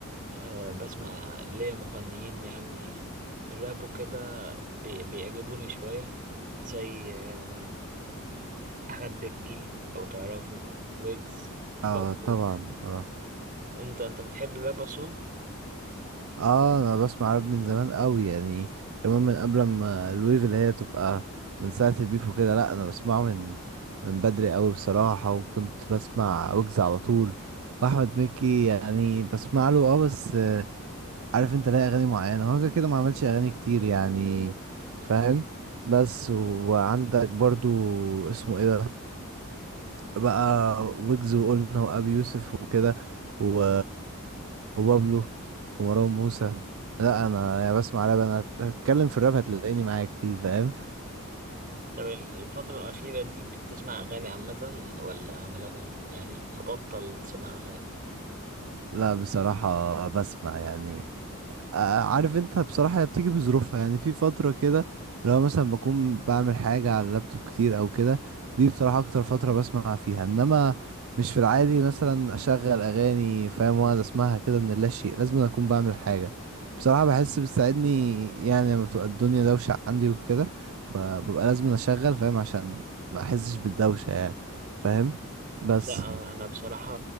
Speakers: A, on the right (about 40°); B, on the right (about 65°).
A: آه بسمع ليا مغنيين يعني في الراب وكده بي- بيعجبوني شوية زي آه أحمد بكي لو تعرفه ويجز بابلو
B: اه طبعا اه
A: أنت أنت بتحب الراب أصلا؟
B: اه انا بسمع راب من زمان قوي يعني كمان من قبل ما الويف اللي هي تبقى من ساعة البيف وكده لا انا بسمعه من من بدري قوي بصراحة وكنت بسمع ويجز على طول واحمد مكي يعني بسمع له اه بس عارف انت ليه اغاني معينه هو كده كده ما عملش اغاني كتير يعني فاهم بس وعندك برضو اسمه ايه ده بقى ويجز وقلنا وابي يوسف وكده و... وبابلو ومروان موسى لا انا يعني بسمع راب انا هتكلم في الراب هتلاقيني معاك فيه فاهم
A: طب الفترة الأخيرة دي بتسمع أغاني عامة ولا ملاك يعني مبطل تسمع أغاني؟
B: لا بصراحه بسمع يعني آه، عارف انت بصراحة هي بتيجي بظروفها يعني في فترة كده لو مثلا بكون بعمل حاجة على اللابتوب كتير او كده دي بصراحة اكتر فترة بسمع فيها انما مش في العادي مثلا اشغل اغاني فاهم واقعد اسمعها كده من لا شيء لازم اكون بعمل حاجة بصراحة بحس بتساعدني يعني لما بتبقى الدنيا دوشة عندي وكده ب- ببقى لازم اشغل فاهم عشان ما احسش بالدوشة يعني فاهم بس
A: لا أنا بصراحة